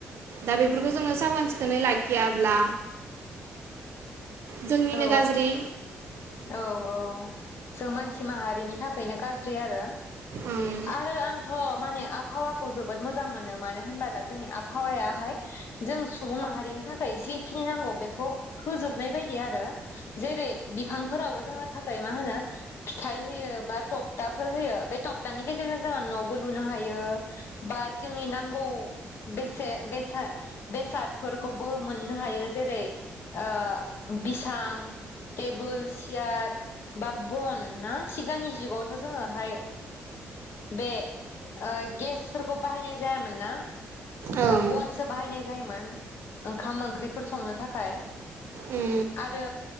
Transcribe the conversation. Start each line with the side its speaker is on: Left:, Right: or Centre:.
Right: दा बेफोरखौ जोङो साहोन सिखोनै लाखियाब्ला जोंनिनो
Left: औ
Right: गाज्रि
Left: औ औ। जों मानसि माहारिनि थाखायनो गाज्रि आरो।
Right: ओं
Left: आरो आंथ'। माने आबहावाखौ जोबोद मोजां मोनो मानो होनबोला जोंनि आबहावायाहाय जों सुबुं माहारिनि थाखाय जिखिनि नांगौ बेखौ होजोबनाय बायद दि आरो जेरै बिफांफोरावबो जोंनो थाखाय मा होनो फिथाइ होयो बा थपथाफोर होयो बे थपथानि गेजेरजों जोङो न'बो लुनो हायो बा जोंनि नांगौ बेसे बेसाद बेसादफोरखौबो मोननो हायो जेरै ओ बिसां टेबोल सियार बा बन ना सिगांनि जुगावथ' जोङोहाय बे ओ गेसफोरखौ बाहायनाय जायामोन ना।
Right: ओं
Left: बनसो बाहायनाय जायोमोन ओंखाम ओंख्रिफोर संनो थाखाय।
Right: उम
Left: आरो